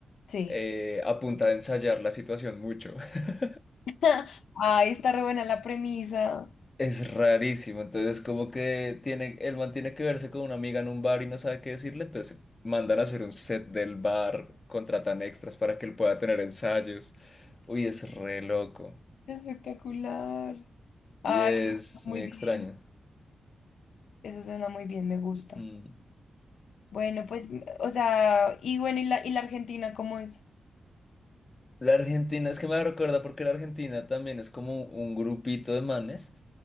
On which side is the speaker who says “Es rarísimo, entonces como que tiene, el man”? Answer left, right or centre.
Left